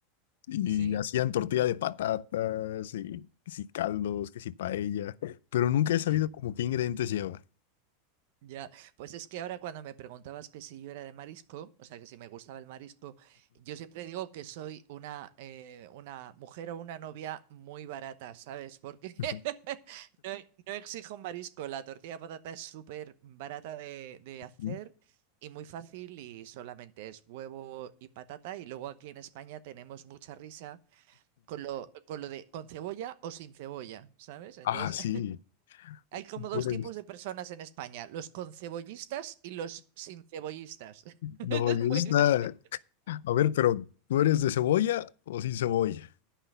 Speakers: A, on the left; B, on the right.
A: y
B: Sí.
A: hacían tortilla de patatas y que si caldos, que si paella, pero nunca he sabido
B: <laughs>
A: como qué ingredientes lleva.
B: Ya, pues es que ahora cuando me preguntabas que si yo era de marisco, o sea, que si me gustaba el marisco, yo siempre digo que soy una, eh, una mujer o una novia muy barata, ¿sabes? Porque
A: Ujú,
B: <laughs> no, e- no exijo marisco, la tortilla de patata es súper barata de, de hacer
A: ujú.
B: y muy fácil y solamente es huevo y patata y luego aquí en España tenemos mucha risa. con lo, con lo de con cebolla o sin cebolla, ¿sabes? Entonces,
A: Ah, sí.
B: <laughs> hay como
A: Tú
B: dos
A: eres-
B: tipos de personas en España, los concebollistas y los sin cebollistas. <laughs>
A: No,
B: Es
A: yo
B: muy
A: está...
B: gracioso.
A: A ver, pero ¿tú eres de cebolla o sin cebolla?